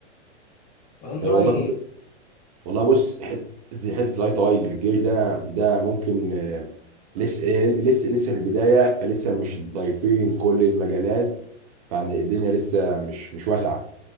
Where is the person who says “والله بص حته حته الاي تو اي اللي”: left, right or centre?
Right